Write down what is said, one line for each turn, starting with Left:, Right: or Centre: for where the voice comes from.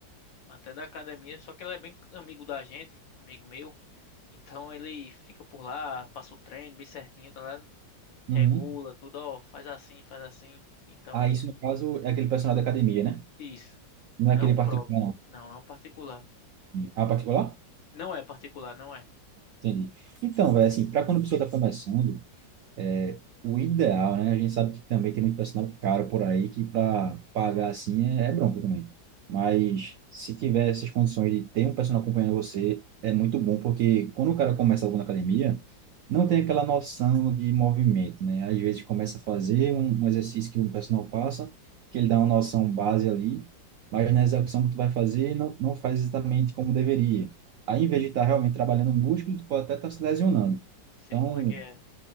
Left: até da academia, só que ele é bem amigo da gente, amigo meu. Então ele fica por lá, passa o treino bem certinho, tá ligado?
Right: Uhum.
Left: Regula tudo, ó, faz assim, faz assim. Então,
Right: Ah, isso no caso é aquele personal da academia, né?
Left: isso.
Right: Não
Left: Não
Right: é aquele particular,
Left: próprio. Não, não particular.
Right: não. Ah, particular?
Left: Não é particular, não é.
Right: Entendi. Então, velho, assim, para quando a pessoa está começando, É, O ideal, né? A gente sabe que também tem muito personal caro por aí que para pagar assim é, é bronco também. Mas se tiver essas condições de ter um personal acompanhando você, é muito bom, porque quando o cara começa algo na academia, não tem aquela noção de movimento, né? Às vezes começa a fazer um, um exercício que um personal passa, que ele dá uma noção base ali, mas na execução que tu vai fazer, não, não faz exatamente como deveria. Aí, em vez de estar realmente trabalhando o músculo, tu pode até estar se lesionando.
Left: Sei
Right: Então,
Left: como é que é.